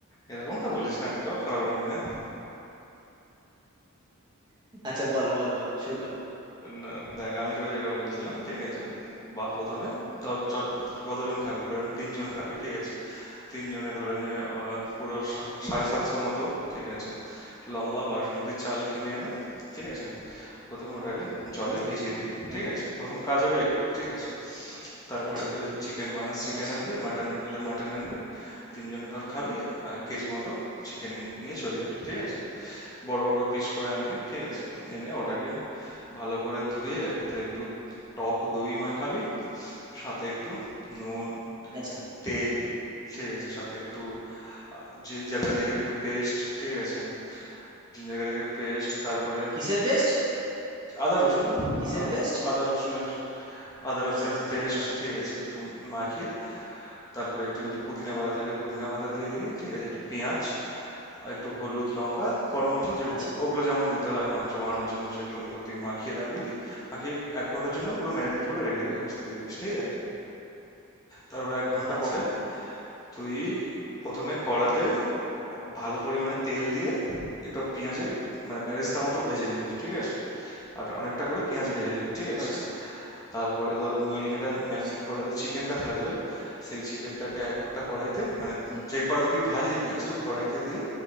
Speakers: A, on the left (about 15°); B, on the right (about 20°).
A: এরকমটা বলিস না এতটাও খারাপ রাঁধি না
B: <laughs> আচ্ছা বল বল বল শুরু কর
A: না দেখ আমি তোকে যেটা বলছিলাম ঠিক আছে বা প্রথমে ধর চ- কতজন খাবি ধরে নে তিনজন খাবি ঠিক আছে তিনজনে ধরে নে আহ, পুরো সা-
B: হুম
A: সাড়ে সাতশো মতো ঠিক আছে লম্বা বাসমতি চাল কিনে এনে ঠিক আছে প্রথমে ওটাকে জলে
B: হুম
A: ভিজিয়ে দিবি
B: হুম
A: ঠিক আছে প্রথম কাজ হবে এটা ঠিক আছে তারপরে
B: আচ্ছা
A: তুই যদি চিকেন বানাস চিকেন
B: আচ্ছা
A: আনবি মাটন বানালে মাটন আনবি তিনজনে ধর খাবি এক কেজি মতো চিকেন নিয়ে চলে এলি ঠিক আছে বড় বড় পিস করে আনবি ঠিক আছে এনে ওটাকে ভালো করে ধুয়ে ওতে একটু টক দই মাখাবি সাথে একটু নুন
B: আচ্ছা
A: তেল ঠিক আছে সাথে একটু জিঞ্জার গার্লিকের একটু পেস্ট ঠিক আছে জিঞ্জার গার্লিকের পেস্ট তারপরে
B: কিসের পেস্ট
A: আদা রসুন
B: কিসের
A: আদা
B: পেস্ট
A: আদা রসুনের আদা
B: আচ্ছা
A: রসুনের
B: আচ্ছা আচ্ছা
A: পেস্ট
B: হ্যাঁ
A: ঠিক আছে একটু মাখিয়ে তারপরে একটু
B: হুম
A: যদি পুদিনা পাতা থাকে পুদিনা পাতা দিয়ে দিবি ঠিক আছে একটু পেঁয়াজ আর একটু হলুদ লঙ্কা গরম মশলা যে
B: আচ্ছা
A: ওগুলো যেমন দিতে হয় মাংস বানানোর জন্য সেগুলো ওগুলো তুই মাখিয়ে রাখবি মাখিয়ে এক ঘন্টার জন্য পুরো ম্যারিনেট করে রেখে
B: হুম
A: দিলাম দিস, ঠিক আছে তারপর এক ঘন্টা
B: আচ্ছা
A: পরে তুই প্রথমে কড়াতে ভালো পরিমাণে তেল দিয়ে একটু পেঁয়াজের মানে বেরেস্তা মতো ভেজে নিবি ঠিক আছে আর অনেকটা করে পেঁয়াজ ভেজে নিবি ঠিক আছে
B: আচ্ছা
A: তারপরে ধর ম্যারিনেটা ম্যারিনেট
B: আচ্ছা
A: করা যে চিকেনটা থাকবে সেই চিকেনটাকে একটা কড়াইতে মানে
B: হুম
A: যে কড়াইতে তুই ভাজলি পেঁয়াজটা ওই কড়াইতে দিয়ে